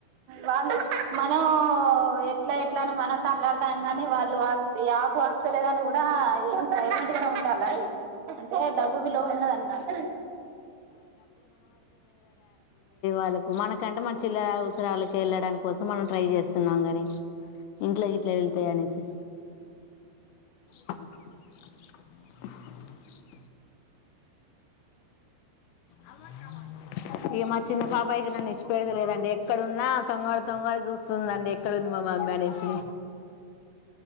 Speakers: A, on the right; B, on the left.
A: వాళ్ళు మనం ఎట్లా ఎట్లా అని మన తట్లాడుతాం గాని వాళ్ళు ఈ ఆపు వస్తలేదని కూడా ఏం సైలెంట్ గనే ఉంటాలండి అంటే డబ్బు విలో ఉన్నదన్నమాట
B: వాళ్లకు మనకంటే మన చిల్లర అవసరాలకు వెళ్ళడా కోసం మనం ట్రై చేస్తున్నాం గాని ఇంట్లా గిట్ల వెళ్తయ్ అనేసి హా అవ్వ కావగ్గా ఇక మా చిన్న పాప అయితే నన్ను ఇడ్చిపేతలేదు అండి ఎక్కడున్నా తొంగవడి తొంగవడి చూస్తుందండి ఎక్కడ ఇది మా మమ్మీ అనేసి